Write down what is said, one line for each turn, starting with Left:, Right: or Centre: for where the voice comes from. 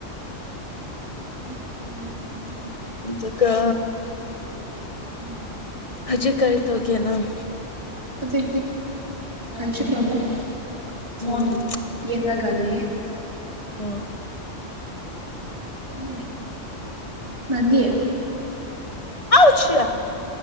Right: ꯎ
Left: ꯑꯗꯨꯒ
Right: ꯑ ꯍꯧꯖꯤꯛꯇꯤ
Left: ꯍꯧꯖꯤꯛ ꯀꯔꯤ ꯇꯧꯒꯦ ꯅꯪ
Right: ꯀꯩꯁꯨ ꯇꯧꯗꯦ
Left: ꯎꯝ
Right: ꯐꯣꯟ ꯌꯦꯉꯒꯥ ꯂꯩꯌꯦ
Left: ꯍꯣ
Right: ꯎꯝ ꯅꯥꯟꯗꯤ
Left: ꯍꯣꯏ